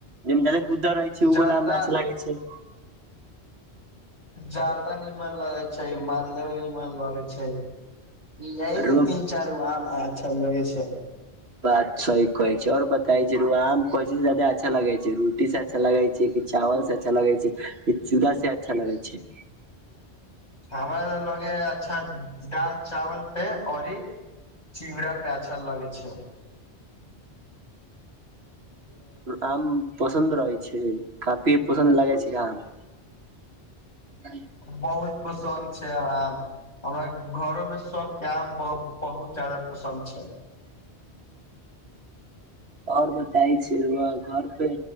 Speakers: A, on the right (about 65°); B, on the left (about 40°).
A: जाहिमे दलित गुदा रहै छै आहु
B: जर्दा
A: ले मैच लागे छै
B: जारदा निमन लगैत छै मालदा निमन लगैत छै। यही
A: आरो
B: सभ तीन चार गो आम अच्छा लगै छै
A: बात सही कहै छै और बताय जे रुआम कौथी साथे अच्छा लगे छै रोटी साथे लगे छै। जै की चावल से अच्छा लगे छै कि चूड़ा से अच्छा लगे छै।
B: हमरा लऽ लगे अच्छा दाल चावल पे औरी। चूड़ा पे अच्छा लगे छै।
A: आम पसन्द रहै छैय काफी पसन्द लागै छैय आम। ह
B: बहुत पसन्द छैय हमरा हमरा घरो मे सभ के आम बहुत -बहुत जादा पसन्द छैय। <inaudible>
A: ओर बताै छै घर पे